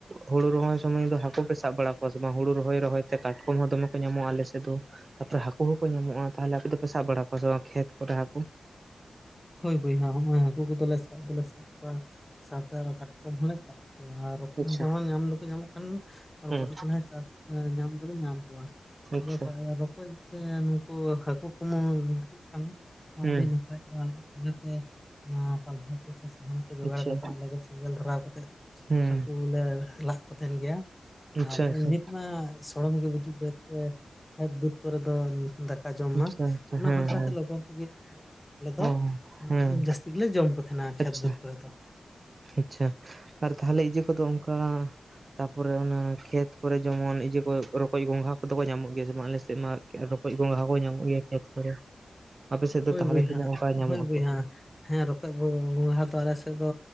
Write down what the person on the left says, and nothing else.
ᱦᱳᱭ ᱵᱚᱭᱦᱟ, ᱦᱚᱸᱜᱚᱭ ᱦᱟᱹᱠᱩ ᱠᱚᱫᱚᱞᱮ ᱥᱟᱵ ᱫᱚᱞᱮ ᱥᱟᱵ ᱠᱚᱣᱟ ᱥᱟᱶᱛᱮ ᱟᱨᱦᱚᱸ ᱠᱟᱴᱠᱚᱢ ᱦᱚᱸᱞᱮ ᱥᱟᱵ ᱠᱚᱣᱟ ᱟᱨ ᱨᱚᱠᱚᱡ
ᱦᱚᱸ ᱵᱚᱨᱚᱝ ᱧᱟᱢ ᱫᱚᱠᱚ ᱧᱟᱢᱚᱜ ᱠᱷᱟᱱ ᱨᱚᱠᱚᱡ
ᱠᱚᱞᱮ ᱪᱟᱥ ᱮ ᱧᱟᱢ ᱫᱚᱞᱮ ᱧᱟᱢ ᱠᱚᱣᱟ᱾
ᱟᱫᱚ <unintelligible> ᱨᱚᱠᱚᱡ ᱥᱮ ᱱᱩᱠᱩ ᱦᱟᱹᱠ ᱠᱩᱠᱢᱩ ᱧᱟᱢᱚᱜ ᱠᱷᱟᱱ
ᱟᱰᱤ ᱱᱟᱯᱟᱭ ᱛᱟᱦᱚᱞᱮ ᱤᱱᱟᱹ ᱛᱮ ᱚᱱᱟ ᱯᱟᱞᱦᱟ ᱠᱚ ᱥᱮ ᱥᱟᱦᱟᱱ ᱠᱚ ᱡᱚᱜᱟᱲ
ᱠᱟᱛᱮᱜ ᱚᱸᱰᱮ ᱜᱮ ᱥᱮᱸᱜᱮᱞ ᱫᱷᱚᱨᱟᱣ ᱠᱟᱛᱮᱜ
ᱦᱟᱠᱩ ᱞᱮ ᱞᱟᱫ ᱠᱚ ᱛᱮᱦᱮᱱ ᱜᱮᱭᱟ
ᱟᱨ
ᱮᱢᱱᱤ ᱛᱮᱢᱟ ᱥᱚᱲᱚᱢ ᱜᱮ ᱵᱩᱡᱩᱜ ᱛᱮ ᱦᱚᱛᱮ ᱠᱷᱮᱛ ᱵᱟᱹᱫᱽ ᱠᱚᱨᱮ ᱫᱚ ᱫᱟᱠᱟ ᱡᱚᱢ
ᱢᱟ
ᱚᱱᱟ
ᱵᱟᱠᱷᱨᱟ
ᱛᱮ ᱞᱚᱜᱚᱱ ᱛᱮᱜᱮ ᱞᱮ‌ ᱟᱞᱮ ᱫᱚ
ᱡᱟᱹᱥᱛᱤ ᱜᱮᱞᱮ ᱡᱚᱢ ᱠᱚ ᱛᱟᱦᱮᱱᱟ ᱠᱷᱮᱛ
ᱵᱟᱹᱫᱽ ᱠᱚᱨᱮ ᱫᱚ᱾
ᱦᱳᱭ
ᱵᱚᱭᱦᱟ
ᱦᱳᱭ ᱵᱚᱭᱦᱟ
ᱦᱮᱸ ᱨᱚᱠᱚᱡ ᱵᱚ ᱜᱚᱝᱜᱷᱟ ᱫᱚ ᱟᱞᱮ ᱥᱮᱜ ᱫᱚ